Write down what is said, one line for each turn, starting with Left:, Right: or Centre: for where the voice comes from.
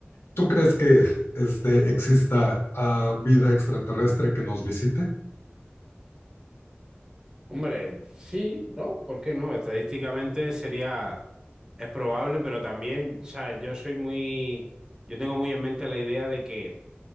Left: ¿Tú crees que este, exista ah, vida extraterrestre que nos visite?
Right: Hombre, sí, ¿no? ¿Por qué no? Estadísticamente sería, es probable, pero también, o sea, yo soy muy, yo tengo muy en mente la idea de que,